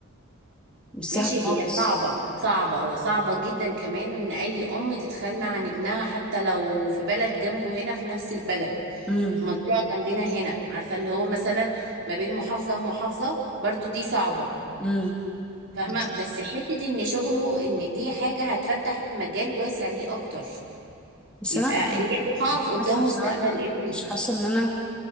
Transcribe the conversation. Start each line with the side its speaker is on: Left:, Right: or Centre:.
Centre: مش سهلة
Right: ماشي
Centre: خالص
Right: هي صعبة وصعبة وصعبة جدا كمان إن أي أم تتخلى عن ابنها حتى لو في بلد جنبه هنا في نفس البلد
Centre: امم
Right: في منطقة جنبنا هنا عارفة اللي هو مثلا ما بين محافظة ومحافظة برضو دي صعبة
Centre: امم
Right: فاهمة
Centre: بالظبط
Right: بس حتة إن شغله إن دي حاجة هتفتح مجال واسع ليه أكتر
Centre: بس
Right: يبقى
Centre: أنا
Right: ليه هقف قدام
Centre: حاسة بصراحة
Right: مستقبل ابني
Centre: مش حاسة إن أنا